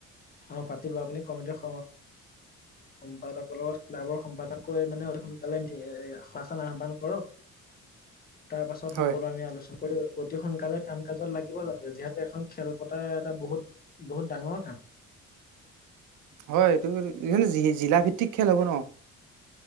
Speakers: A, on the left; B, on the right.
A: অ', পাতিবা আপুনি কমিট খ
B: <inaudible>
A: সম্পাদকৰ লগত ক্লাবৰ সম্পাদক মানে অতি সোনকালে সভাখন আহ্বান কৰক। তাৰ পাছত
B: হয়
A: সকলো আমি আলোচনা কৰোঁ। অতি সোনকালে কাম কাজত লাগিব লাগে, যিহেতু এখন খেল পতাৰ এটা বহুত-বহুত ডাঙৰ কাম।
B: হয়, এইটো এই জি-জিলা ভিত্তিক খেল হব ন।